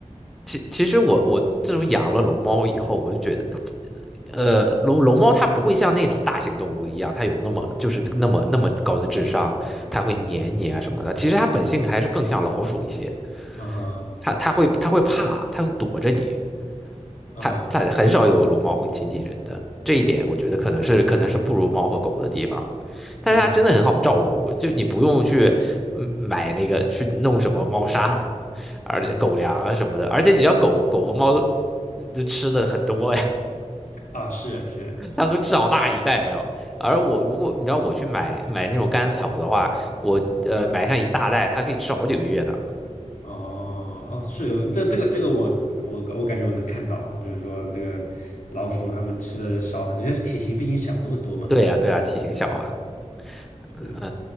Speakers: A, in the centre; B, on the left.
A: 其其实我我自从养了龙猫以后，我就觉得，呃，龙龙猫它不会像那种大型动物一样，它有那么就是那么那么高的智商，它会黏你啊什么的。其实它本性还是更像老鼠一些，
B: 嗯哼，
A: 它它会它会怕，它会躲着你。
B: 啊
A: 它它很少有龙猫会亲近人的，这一点我觉得可能是可能是不如猫和狗的地方。但是它真的很好照顾，
B: 嗯
A: 就你不用去嗯买那个去弄什么猫砂，而且狗粮啊什么的，
B: 嗯嗯
A: 而且你知道狗狗和猫都都吃的很多呀，
B: 啊，是是，
A: <laughs> 它们都吃好大一袋呀。而我如果你知道我去买买那种干草的话，我呃买上一大袋，
B: 啊
A: 它可以吃好几个月呢。
B: 哦哦，是，那这个这个我我我感觉我能看到啊，就是说这个老鼠它们吃的少很多，因为体型比你小那么多嘛。
A: 对呀，对呀，体型小啊，
B: 嗯，
A: 嗯、
B: 是。